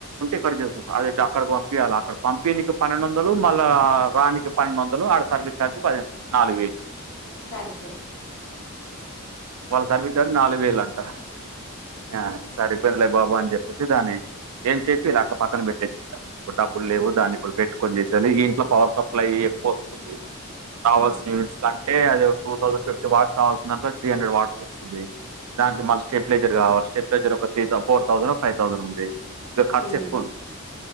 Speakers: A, on the right (about 80°); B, on the left (about 55°).
A: అక్కడే చేస్తరు. అది అక్కడకు పంపియ్యాల అక్కడక్ పంపీయనికి పన్నెండు వందలు మళ్ళా రానికి పన్నెండు వందలు ఆడసర్ ర్వీస్ ఛార్జ్ పదిహేన్ నాలుగు వేయిల్
B: సరి పోయింది.
A: వాళ్ళ సర్వీస్ ఛార్జ్ నాలుగు వేలు అంటా. ఆ మేం సరిపోయిందిలే బాబు అని చెప్పిశి శి దాన్నే ఏం చెప్పి లేకపోతే పక్కన పెట్టేసుంట. ఇప్పుడ్ డబ్బుల్ లేవు దాన్ని ఇప్పుడు పెట్టుకొని చేశేది ఈ ఇంట్లో పవర్ సప్లై ఎక్కువస్తుంది. కావల్సిన
B: ఆ
A: యూనిట్స్ కంటే అది టూ తౌసండ్ ఫిఫ్టీ వాట్స కావాల్సిందనుకో త్రీ హండ్రెడ్ వాట్స వస్తుంది. దానికి మళ్ళ స్టెప్లైజర్ కావాల, స్టెప్లైజర్ ఒక త్రీ ఫోర్ థౌసనో, ఫైవ్ థౌసనో ఉంది. ఇగ ఖర్చు
B: ఉమ్
A: ఎక్కువ ఉంది.